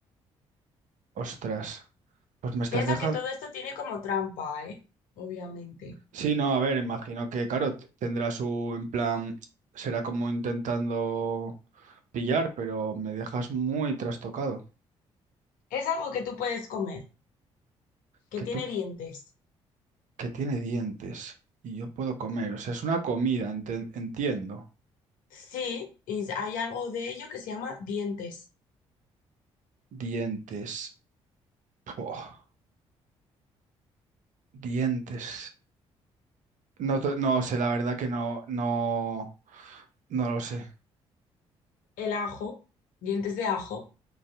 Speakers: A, on the right (about 60°); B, on the left (about 70°).
A: Ostras. Pues me estás
B: Piensa
A: dejando.
B: que todo esto tiene como trampa, ¿eh? Obviamente.
A: Sí, no, a ver, imagino que, claro, t- tendrá su, en plan, será como intentando. pillar, pero me dejas muy trastocado.
B: Es algo que tú puedes comer, que
A: Que
B: tiene
A: tú,
B: dientes.
A: que tiene dientes y yo puedo comer. O sea, es una comida, enten- entiendo.
B: Sí, y hay algo de ello que se llama dientes.
A: Dientes. Puah, dientes. No, to- no sé, la verdad que no, no, no lo sé.
B: El ajo, dientes de ajo. <laughs>